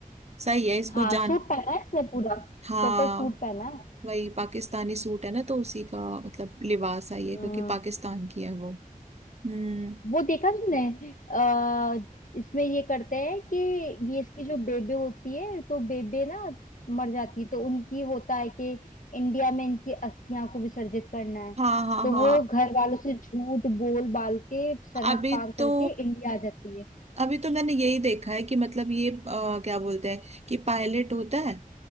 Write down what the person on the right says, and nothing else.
सही है इसको
जान
हाँ
वही पाकिस्तानी सूट है ना तो उसी का मतलब लिबास आई है
क्योंकि पाकिस्तान की है वो हम्म
हाँ हाँ
हाँ
अभी
तो
अभी तो मैंने यही देखा है कि मतलब ये अ, क्या बोलते हैं कि पायलट होता है